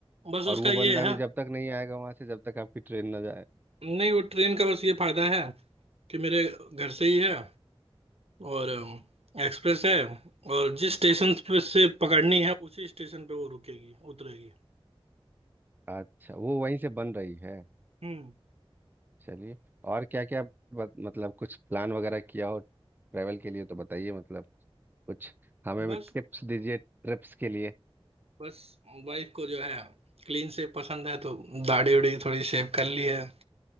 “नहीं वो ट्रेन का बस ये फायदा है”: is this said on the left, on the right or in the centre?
Right